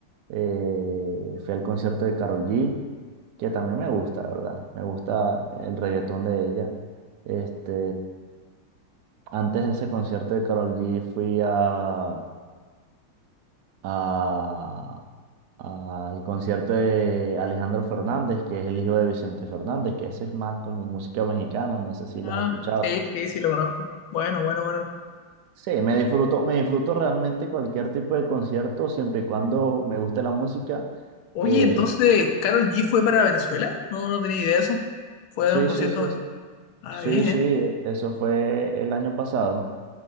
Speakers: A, on the right; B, on the left.
A: eh, fui al concierto de Karol G, que también me gusta, ¿verdad? Me gusta el reggaetón de ella. Este, antes de ese concierto de Karol G fui a, a- al concierto de Alejandro Fernández, que es el hijo de Vicente Fernández, que ese es más como música mexicana, no sé si
B: Ah,
A: lo has escuchado.
B: sí, sí, sí, lo conozco. Bueno, bueno, bueno.
A: Sí, me disfruto, me disfruto realmente cualquier tipo de concierto, siempre y cuando me guste la música.
B: Oye,
A: Eh,
B: entonces, ¿Carol G fue para Venezuela? No, no tenía idea de eso. Fue
A: sí,
B: a dar un concierto.
A: sí, sí,
B: en Venezuela.
A: sí,
B: Ah,
A: sí,
B: bien,
A: sí,
B: ¿eh?
A: eso fue el año pasado,